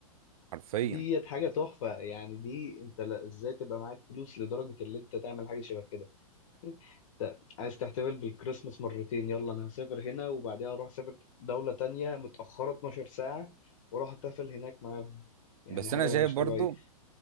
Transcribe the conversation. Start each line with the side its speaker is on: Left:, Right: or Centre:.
Right: حرفيا
Left: ديت حاجة تحفة يعني دي انت لا- ازاي تبقى معاك فلوس لدرجة اللي انت تعمل حاجة شبه كده ت- عايز تحتفل بالكريسماس مرتين يلا انا هسافر هنا وبعدها اروح اسافر دولة تانية متأخرة 12 ساعة واروح احتفل هناك معاهم يعني
Right: بس
Left: حاجة
Right: انا شايف
Left: مش
Right: برضو
Left: طبيعية